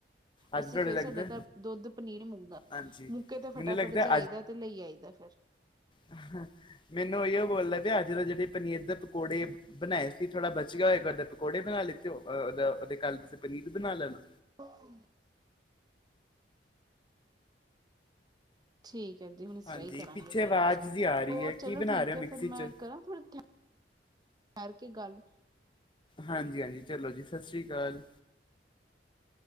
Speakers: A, on the left; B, on the right.
A: ਅੱਜ
B: ਅਸੀਂ
A: ਤੁਹਾਡੇ
B: ਫੇਰ
A: ਲੱਗਦਾ
B: ਸਾਡੇ ਘਰ ਦੁੱਧ ਪਨੀਰ ਮੁੱਲਦਾ।
A: ਹਾਂਜੀ
B: ਮੁੱਕੇ ਤੇ
A: ਮੈਨੂੰ
B: ਫਟਾਫਟ
A: ਲੱਗਦਾ
B: ਜਾਈਦਾ ਤੇ ਲਈ ਆਈਦਾ ਫਿਰ।
A: ਅ ਹ ਮੈਨੂੰ ਏਈਓ ਬੋਲਦਾ ਵੀ ਅੱਜ ਜੇੜੇ ਪਨੀਰ ਦੇ ਪਕੌੜੇ ਬਣਾਏ ਸੀ ਥੋੜਾ ਬਚ ਗਿਆ ਹੋਏਗਾ ਓਦੇ ਪਕੌੜੇ ਬਣਾ ਲਿੱਤੇ ਅ ਦਾ ਓਦੇ ਕੱਲ ਤੁਸੀਂ ਪਨੀਰ ਬਣਾ ਲੈਣਾ।
B: <unintelligible> ਉਹ ਠੀਕ ਹੈ। ਜੀ ਹੁਣ ਇਸ
A: ਹਾਂਜੀ
B: ਤਰਾ ਹੀ ਕਰਾਂਗੇ
A: ਪਿੱਛੇ
B: ਫੇਰ
A: ਆਵਾਜ਼ ਜੀ ਆ ਰਹੀ
B: ਹੋਰ
A: ਹੈ
B: ਚਲੋ
A: ਕੀ ਬਣਾ
B: ਠੀਕ
A: ਰਹੇ ਹੋ
B: ਹੈ।
A: ਮਿਕਸੀ
B: ਫੇਰ ਮੈਂ
A: ਚ
B: ਕਰਾਂ ਥੜਾ ਕਰਕੇ ਗੱਲ
A: ਹਾਂਜੀ- ਹਾਂਜੀ ਚਲੋ ਜੀ ਸਤਿ ਸ੍ਰੀ ਅਕਾਲ।